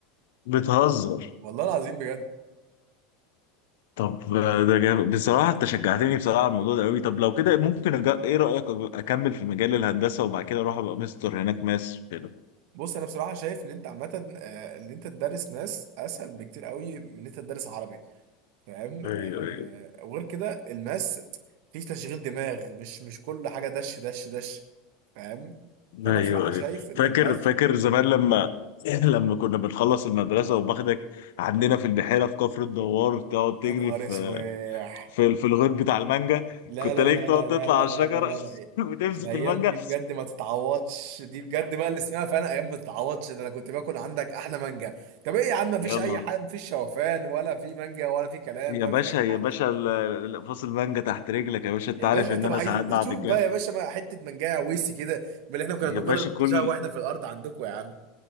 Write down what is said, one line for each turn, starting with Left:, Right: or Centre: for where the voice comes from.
Left: بتهزر
Right: والله العظيم بجد
Left: طب آه، ده جامد بصراحة انت شجعتني بصراحة على الموضوع ده قوي طب لو كده ممكن أج... ايه رأيك أج- اكمل في مجال الهندسة وبعد كده اروح ابقى مستر هناك ماس كده
Right: بص انا بصراحه شايف ان انت عامه آه، ان انت تدرس ماس اسهل بكتير قوي من ان انت تدرس عربي فاهم
Left: ايوه
Right: آه،
Left: ايوه
Right: وغير كده الماس فيه تشغيل دماغ مش مش كل حاجه دش دش دش فاهم فانا
Left: ايوه
Right: بصراحه شايف
Left: ايوه
Right: ان
Left: فاكر
Right: الماس
Left: فاكر زمان لما <laughs> لما كنا بنخلص المدرسه وباخدك عندنا في البحيره في كفر الدوار تقعد تجري
Right: يا نهار
Left: في
Right: اسواح
Left: في في الغيط بتاع المانجا
Right: لا
Left: كنت
Right: لا
Left: الاقيك
Right: لا
Left: تقعد
Right: لا
Left: تطلع
Right: لا لا
Left: على
Right: لا
Left: الشجره
Right: لا لا لا
Left: <laughs> وتمسك
Right: الايام
Left: المانجا
Right: دي بجد ما تتعوضش دي بجد بقى اللي اسمها فعلا ايام ما تتعوضش ده انا كنت باكل عندك احلى مانجا طب ايه يا عم مفيش
Left: يلا
Right: اي حاجه مفيش شوفان ولا في مانجا ولا في كلام
Left: يا
Right: ولا
Left: باشا
Right: في اي
Left: يا
Right: حاجه
Left: باشا ال- ال- فصل المانجا تحت رجلك يا باشا انت
Right: يا
Left: عارف
Right: باشا
Left: ان
Right: طب
Left: انا
Right: عايزين
Left: ساعات بعد
Right: نشوف
Left: الجامعه
Right: بقى يا باشا ما حته منجاية ويس كده من اللي احنا كنا
Left: يا
Right: بناكلها
Left: باشا كل
Right: بنشوفها واحنا في الارض عندكم يا عم